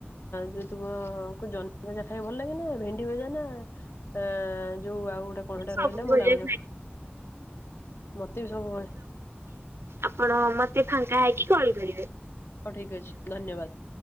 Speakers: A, on the left (about 70°); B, on the right (about 80°).
A: ଯ ତୁମକୁ ଜହ୍ନି ଭଜା ଖାଇବା ଭଲ ଲାଗେ ନା ଭେଣ୍ଡି ଭଜା ନା ନା ଯୋଉ ଆଉ ଗୋଟେ କଣ ହେଟା
B: <unintelligible>
A: ରହିଲା
B: ରଖୁଛି।
A: ମୂଳା ଭଜା ମତେ ବି ସବୁ
B: ଆପଣ ମତେ ଫାଙ୍କା ହେଇକି କଲ କରିବେ?
A: ହଉ ଠିକ୍ ଅଛି ଧନ୍ୟବାଦ।